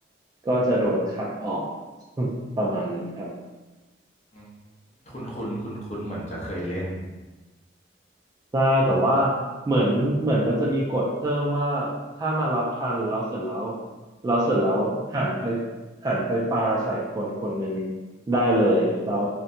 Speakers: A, on the right (about 20°); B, on the left (about 35°).
A: ก็จะโดนคัดออก <laughs> ประมาณนั้นครับ
B: อืมคุณคุณคุณคุณเหมือนจะเคยเล่น
A: ใช่แต่ว่า
B: อืม
A: เหมือนเหมือนมันจะมีกฎเพิ่มว่าถ้ามารับทันแล้วเสร็จแล้วแล้วเสร็จแล้วหันไปหันไปปาใส่คนคนหนึ่งได้เลยแล้ว